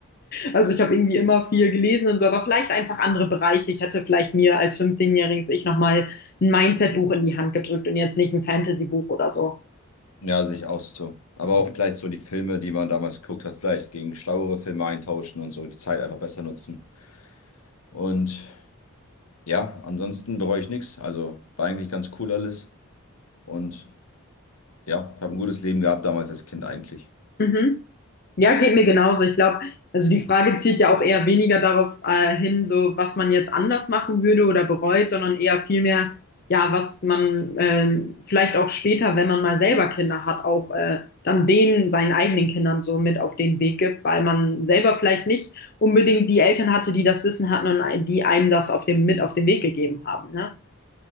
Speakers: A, on the left; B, on the left.
A: Also ich habe irgendwie immer viel gelesen und so, aber vielleicht einfach andere Bereiche. Ich hätte vielleicht mir als fünfzehnjähriges jähriges Ich nochmal ein Mindset-Buch in die Hand gedrückt und jetzt nicht ein Fantasy-Buch oder so.
B: Ja, sehe ich auch so. Aber auch vielleicht so die Filme, die man damals geguckt hat, vielleicht gegen schlauere Filme eintauschen und so die Zeit einfach besser nutzen. Und Ja, ansonsten bereue ich nichts. Also war eigentlich ganz cool alles. Und ja, ich habe ein gutes Leben gehabt damals als Kind eigentlich.
A: Mhm. Ja, geht mir genauso. Ich glaube, also die Frage zielt ja auch eher weniger darauf äh, hin, so was man jetzt anders machen würde oder bereut, sondern eher vielmehr, ja, was man ähm, vielleicht auch später, wenn man mal selber Kinder hat, auch äh, dann denen, seinen eigenen Kindern so mit auf den Weg gibt, weil man selber vielleicht nicht unbedingt die Eltern hatte, die das Wissen hatten und ein- die einem das auf dem, mit auf den Weg gegeben haben, ne?